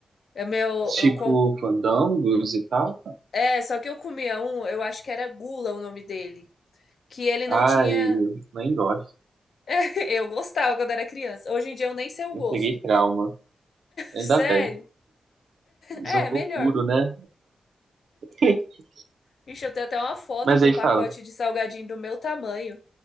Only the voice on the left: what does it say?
É meu,
eu com...
É, só que eu comia um, eu acho que era Gula o nome dele. Que ele não
tinha
<laughs> Eu gostava quando era criança. Hoje em dia eu nem sei o
gosto.
Sério?
É, melhor.
Ixi, eu tenho até uma foto
com
um pacote
de salgadinho do meu tamanho.